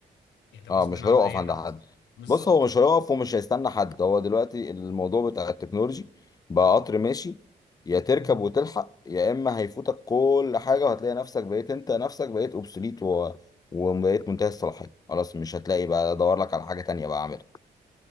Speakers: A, on the left; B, on the left.
A: يعني غصب
B: اه مش
A: عن
B: هيقف
A: اي
B: عند
A: حد
B: حد
A: بالظبط
B: بص هو مش هيقف ومش هيستنى حد هو دلوقتي الموضوع بتاع التكنولوجي بقى قطر ماشي يا تركب وتلحق يا اما هيفوتك كل حاجه وهتلاقي نفسك بقيت انت نفسك بقيت اوبسوليت و... وبقيت منتهي الصلاحيه خلاص مش هتلاقي بقى ادور لك على حاجه تانية بقى اعملها